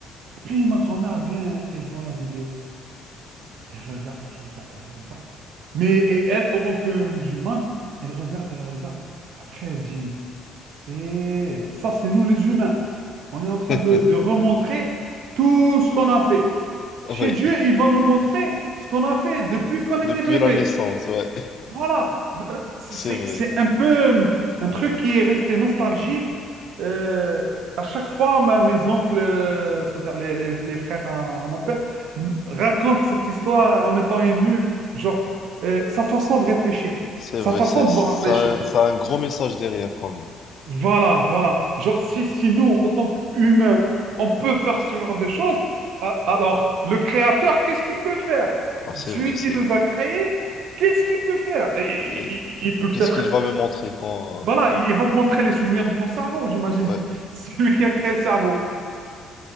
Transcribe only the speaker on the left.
<laughs>
Oui,
depuis
la naissance, ouais.
C'est vrai,
c'est
vrai,
c'est-
ça,
a- ça a un gros message derrière quand même.
Ouais, c'est
vrai, c'est...
et
Qu'est-ce qu'il va me montrer quand,
quand...
Ouais,